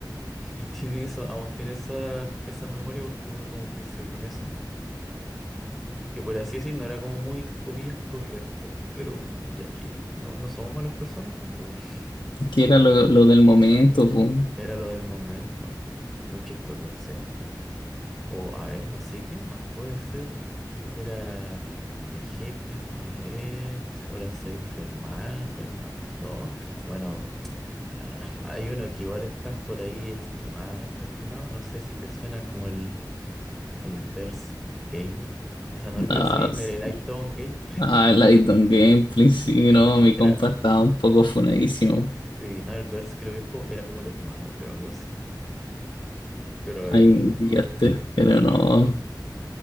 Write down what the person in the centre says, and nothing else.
<laughs> Y tiene eso, aún tiene esa, esa memoria porque uno como creció con eso, que por así decir no era como muy, comillas, correcto, pero ya que no, no somos malas personas tampoco. <laughs>
Era lo del momento, muy chistoso, sí. O a ver, no sé quién más puede ser. Era Vegeta, Willy Rex, ahora soy Fermán, Fernanfloo. Bueno, ah, <laughs> hay uno que igual están por ahí extremadamente funado. No sé si te suena como el, el Verse Gamer. O sea, no el Verse
Gamer,
el iTown Gameplay.
<laughs>
Era.
Sí, no, el Verse creo que es como, era como el hermano, creo, algo así. Pero
el
no,